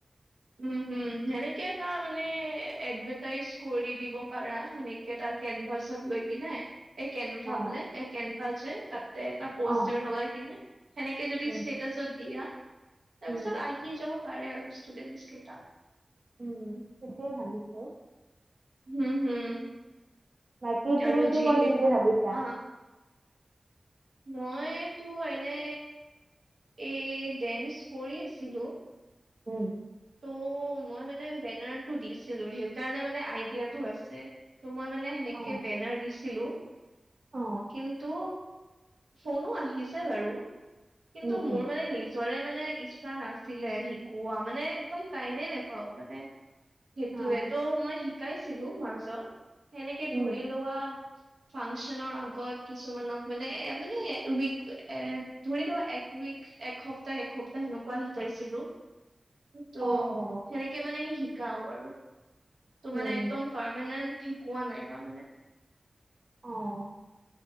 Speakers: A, on the right (about 80°); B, on the right (about 50°).
A: উম, হম, সেনেকে এটা মানে এডভাৰটাইজ কৰি দিব পাৰা সেনে কেটা কেনভাচত লৈ কিনে। এই কেনভা
B: অ,
A: বোলে এ কেনভা যে তাতে এটা প'ষ্টাৰ
B: অ,
A: লগাই কিনে সেনেকে যদি
B: উম,
A: ষ্টেটাচত দিয়া তাৰপিছত
B: উম,
A: আহি যাব পাৰে আৰু ষ্টুডেন্টচ কেইতা।
B: উম, সেইটোৱে ভাবিছোঁ।
A: হম, হম।
B: বাকি তুমি
A: আৰু
B: কি
A: যিহেত
B: কৰিম বুলি ভাবিছা?
A: অ মইতো এনে এই ডেন্স কৰি আছিলোঁ।
B: উম।
A: ত' মই মানে বেনাৰটো দিছিলো সেইকাৰণে মানে আইডিয়াটো আছে। ত' মই মানে সেনেকে
B: অ,
A: বেনাৰ দিছিলো
B: অ,
A: কিন্তু ফোনো আহিছে বাৰু কিন্তু
B: উম,
A: মোৰ
B: উম,
A: মানে নিজৰে মানে ইচ্ছা নাছিলে শিকোৱা মানে একদম টাইমে নোপাও মানে, সেইটোয়েতো
B: অ,
A: মই শিকাইছিলো মাজত। সেনেকে ধৰি
B: উম,
A: লোৱা ফাংচনৰ আগত কিছুমানক মানে মানে উইক এ, ধৰি লোৱা এক উইক এসপ্তাহ একসপ্তাহ সেনেকুৱা শিকাইছিলো। সেইটো
B: অ, অ,
A: সেনেকে মানে শিকাও আৰু। ত'
B: উম,
A: মানে
B: উম,
A: একদম পাৰমানেন্ট শিকোৱা নাই তাৰমানে।
B: অ'।